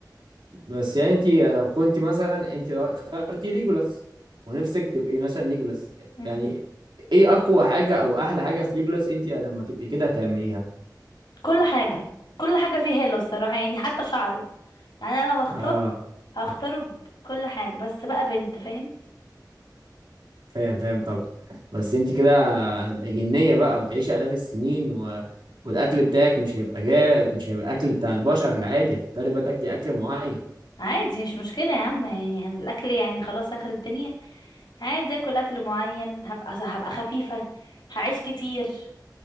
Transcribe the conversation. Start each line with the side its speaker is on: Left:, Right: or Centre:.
Right: بس يعني انت لو كنت مثلا انت اخترتي ليجولاس ونفسك تبقي مثلا ليجولاس
Left: مم.
Right: يعني ايه اقوى حاجة او احلى حاجة في ليجولاس انت لما تبقي كده هتعمليها
Left: كل حاجة كل حاجة فيه حلوة الصراحة يعني حتى شعره يعني انا لو هختار
Right: اه
Left: هختاره بكل حاجة بس بقى بنت فاهم
Right: فاهم فاهم طبعا بس انت كده هتبقى جنية بقى وتعيشي الاف السنين و... والاكل بتاعك مش هيبقى جا مش هيبقى اكل بتاع البشر العادي هتضطري بقى تاكلي اكل معين
Left: عادي مش مشكلة يا عم يعني, يعني الاكل يعني خلاص اخر الدنيا عادي اكل اكل معين هبقى هبقى خفيفة هعيش كتير